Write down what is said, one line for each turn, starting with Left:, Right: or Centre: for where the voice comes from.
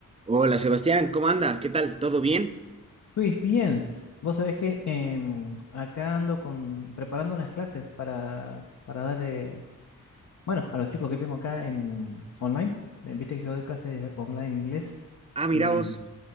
Right: Hola Sebastián, ¿cómo anda? ¿Qué tal? ¿Todo bien?
Left: Luis, bien, vos sabés que em, acá ando con, preparando unas clases para, para dar, eh, bueno, a los chicos que tengo acá en online. Eh, Viste que yo doy clases online en inglés
Right: Ah, mira
Left: y
Right: vos,